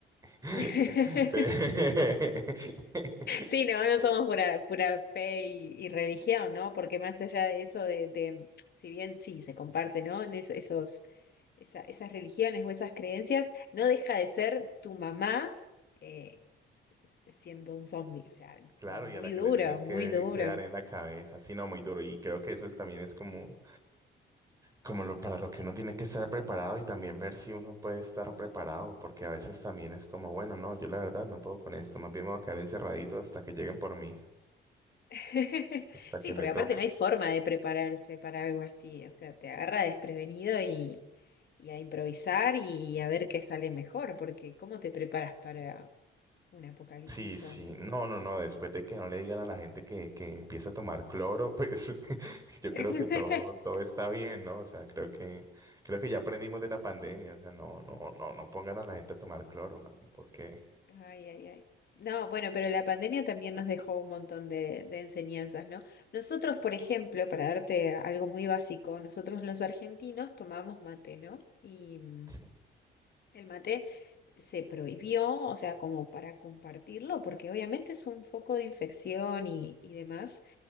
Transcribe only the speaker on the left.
<laughs>
Sí, no, no
somos pura, pura fe y, y religión, ¿no? Porque más allá de eso, de, de- si bien sí se comparte, ¿no? En eso- esos, esa- esas religiones o esas creencias, no deja de ser tu mamá eh, siendo un zombie, o sea,
muy
duro,
muy duro.
<laughs>
Sí,
porque aparte
no hay forma de prepararse para algo así, o sea, te agarra desprevenido y, y a improvisar y a ver qué sale mejor, porque ¿cómo te preparas para un apocalipsis
zombie?
<laughs>
Ay, ay, ay. No, bueno, pero la pandemia también nos dejó un montón de, de enseñanzas, ¿no? Nosotros, por ejemplo, para darte algo muy básico, nosotros los argentinos tomamos mate, ¿no? Y mm,
el mate se prohibió, o sea, como para compartirlo, porque obviamente es un foco de infección y, y demás.